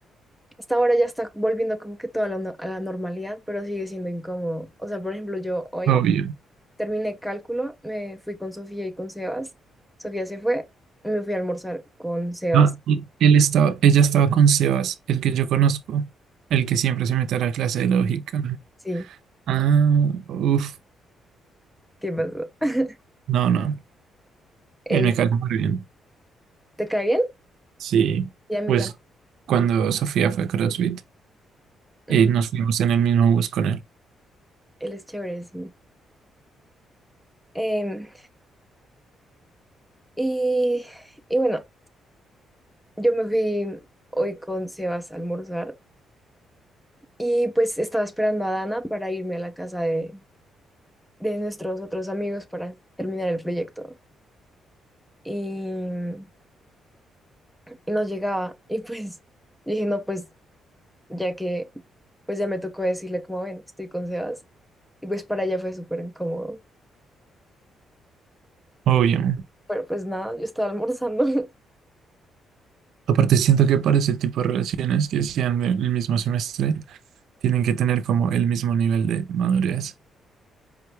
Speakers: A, in the centre; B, on the right (about 70°).
A: Hasta ahora ya está volviendo como que toda la, a la normalidad, pero sigue siendo incómodo. O sea, por ejemplo, yo hoy
B: Obvio.
A: Terminé cálculo, me fui con Sofía y con Sebas. Sofía se fue, me fui a almorzar con Sebas.
B: Ah, y él estaba, ella estaba con Sebas, el que yo conozco, el que siempre se mete a la clase de lógica.
A: Sí,
B: Ah, uff,
A: ¿qué pasó? <laughs>
B: no, no,
A: Él,
B: él me cayó muy bien.
A: ¿te cae bien?
B: Sí,
A: Y a mí
B: pues
A: también.
B: cuando Sofía fue a CrossFit.
A: Ujú,
B: y nos fuimos en el mismo bus con él,
A: Él es chévere, sí. Em, y, y bueno, yo me fui hoy con Sebas a almorzar y pues estaba esperando a Dana para irme a la casa de, de nuestros otros amigos para terminar el proyecto. Y, y no llegaba. Y pues dije, no, pues ya que pues ya me tocó decirle como ven, estoy con Sebas. Y pues para ella fue súper incómodo.
B: obvio.
A: Pero pues nada, yo estaba almorzando. <laughs>
B: Aparte, siento que para ese tipo de relaciones que sean del mismo semestre, tienen que tener como el mismo nivel de madurez.